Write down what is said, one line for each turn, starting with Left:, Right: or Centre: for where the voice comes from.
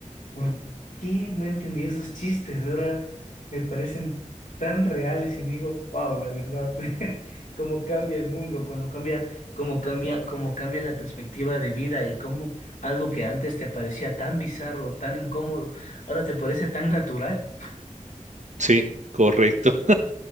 Left: ¿por qué no entendí esos chistes? Ahora me parecen tan reales y digo, wow, la verdad, <laughs> cómo cambia el mundo, cuando cambia, cómo cambia, cómo cambia la perspectiva de vida y cómo algo que antes te parecía tan bizarro, tan incómodo, ahora te parece tan natural.
Right: Sí, correcto. <laughs>